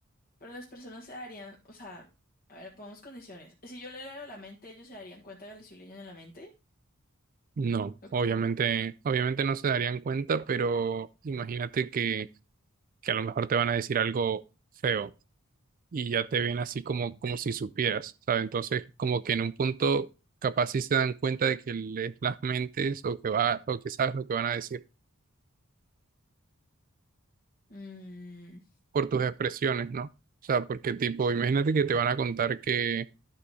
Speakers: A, on the left; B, on the right.
A: Pero las personas se darían, o sea, a ver, pongamos condiciones. Si yo le leo la mente, ellos se darían cuenta de que le estoy leyendo en la mente.
B: No,
A: ¿O
B: obviamente,
A: cómo?
B: obviamente no se darían cuenta, pero imagínate que, que a lo mejor te van a decir algo feo y ya te ven así como, como si supieras, ¿sabes? Entonces, como que en un punto capaz sí se dan cuenta de que lees las mentes o que va, o que sabes lo que van a decir
A: Mm,
B: por tus expresiones, ¿no? O sea, porque tipo, imagínate que te van a contar que,